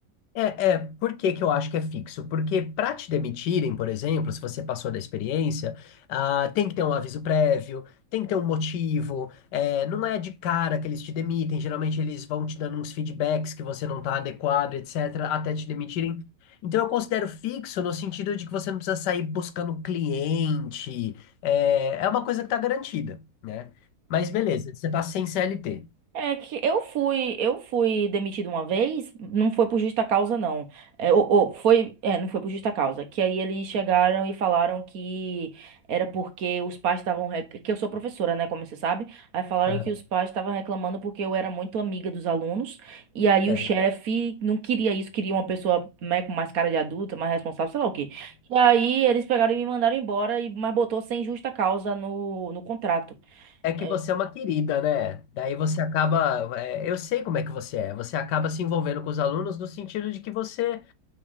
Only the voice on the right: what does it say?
É que eu fui, eu fui demitido uma vez, não foi por justa causa, não. É, ou, ou, foi, é, não foi por justa causa. Que aí eles chegaram e falaram que era porque os pais estavam. rec- Que eu sou professora, né? Como você sabe. Aí falaram
que os pais estavam reclamando porque eu era muito amiga dos alunos. E aí
o chefe não queria isso, queria uma pessoa, né, com mais cara de adulta, mais responsável, sei lá o quê. E aí eles pegaram e me mandaram embora, e, mas botou sem justa causa no, no contrato.
É,